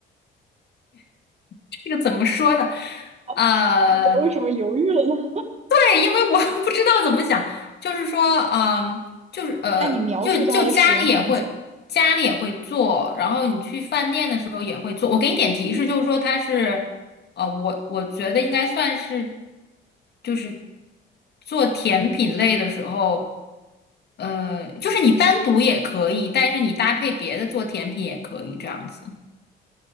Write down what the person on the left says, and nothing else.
这个怎么说呢？呃，
对，因为我 <laughs> 不知道怎么讲，就是说，嗯、就是呃，
就就家里也会，家里也会做，然后你去饭店的时候也会做。我给你点提示，就是说它是，呃，我我觉得应该算是。就是做甜品类的时候，呃，就是你单独也可以，但是你搭配别的做甜品也可以这样子，